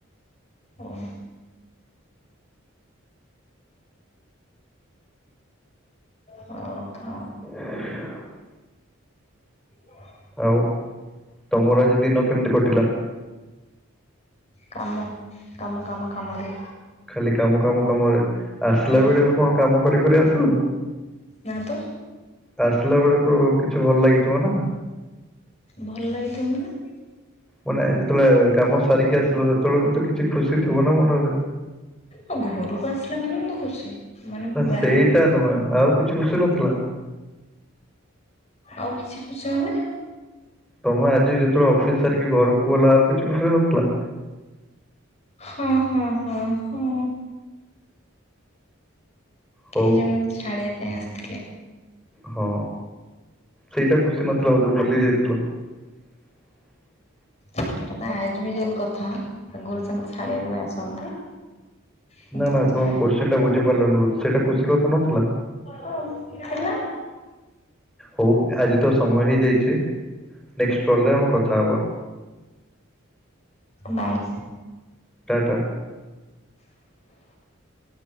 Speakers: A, on the left; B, in the centre.
A: ଓହ ହଉଥା
B: <unintelligible>
A: <unintelligible>
B: ଆଉ ତମର ଆଜି ଦିନ କେମିତି କଟିଲା?
A: କାମ କାମ କାମ କାମରେ।
B: ଖାଲି କାମ କାମ କାମରେ ଆସିଲା
A: ହଁ
B: ବେଳେ ବି କଣ କାମ କରି କରି ଆସିଲ?
A: ନା ତ
B: ଆସିଲା ବେଳେ ତ କିଛି ଭଲ ଲାଗିଥିବ ନା।
A: ଭଲ ଲାଗିଥିବ ମାନେ?
B: ମାନେ ଯେତେବେଳେ କାମ ସାରିକି ଆସିଲ ସେତେବେଳେ ବି ତ କିଛି ଖୁସି ଥିବ ନା ମନରେ।
A: ଆଉ ଘରକୁ ଆସିଲା ମାନେ ମୁଁ ତ ଖୁସି ମାନେ
B: ନା
A: ବ୍ୟାଙ୍କ
B: ସେଇଟା ନୁହେଁ ଆଉ କିଛି ଖୁସି ନଥିଲା।
A: ଆଉ କିଛି ଖୁସି ମାନେ!
B: ତମେ ଆଜି ଯେତେବେଳେ ଅଫିସ ସାରିକି ଘରକୁ ଗଲ, ଆଉ କିଛି ଖୁସି ନଥିଲା?
A: ହଁ ହଁ ହଁ ହଁ
B: ହଉ
A: କେହି ଜଣେ ମତେ ଛାଡିବା ପାଇଁ ଆସିଥିଲେ।
B: ହଁ ସେଇଟା ଖୁସି ନଥିଲା ବୋଧେ ଭୁଲି ଯାଇଥିଲ। <unintelligible>
A: ସେଇଟା ତ ଆଇଜ ୟୁଜାଲ କଥା ଆଗରୁ ସେ ମୋତେ ଛାଡିବାକୁ ବି ଆସନ୍ତି। ଏମିତି
B: ନା ନା
A: କିଛି
B: ତମ
A: ନାହିଁ
B: କୋଶ୍ଚିନ ଟା ବୁଝିପାରିଲନି ସେଟା ଖୁସି କଥା ନଥିଲା।
A: ହଁ ଥେଲା।
B: ହଉ ଆଜି ତ ସମୟ ହେଇଯାଇଛି ନେକ୍ସଟ କଲରେ ଆମେ କଥା ହବା।
A: ବାଏ
B: ଟାଟା